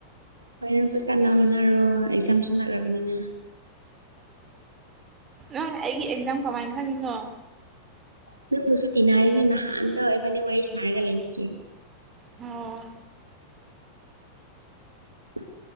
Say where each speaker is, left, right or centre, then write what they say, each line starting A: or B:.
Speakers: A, on the right; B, on the right.
A: ꯍꯣꯏ ꯅꯪꯁꯨ ꯀꯟꯅ ꯍꯣꯠꯅꯔꯣ ꯑꯦꯛꯖꯥꯝꯁꯨ ꯅꯥꯛꯔꯕꯅꯤꯅ꯫
B: ꯅꯪ ꯑꯩꯒꯤ ꯑꯦꯛꯖꯥꯝ ꯀꯃꯥꯏ ꯈꯪꯉꯤꯅꯣ꯫
A: ꯅꯪꯕꯨꯁꯨ ꯇꯤꯟꯅꯔꯤꯅꯦ ꯅꯍꯥꯟꯗꫭ ꯏꯕꯅꯤ ꯋꯥꯔꯤ ꯁꯥꯟꯔꯒ ꯂꯩꯕꯤꯒꯤ꯫
B: ꯑꯣ
A: ꯫